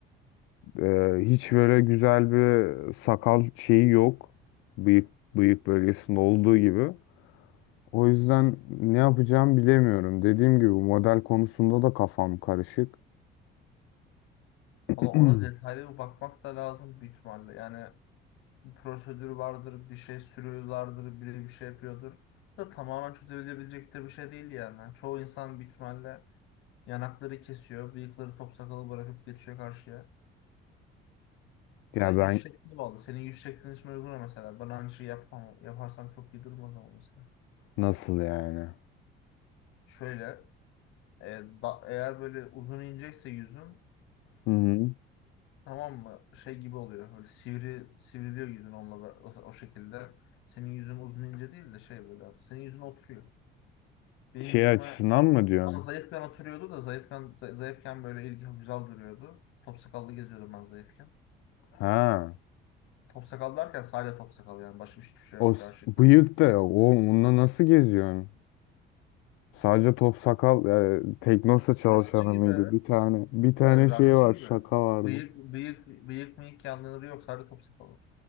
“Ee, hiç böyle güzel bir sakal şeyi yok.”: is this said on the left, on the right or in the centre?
Left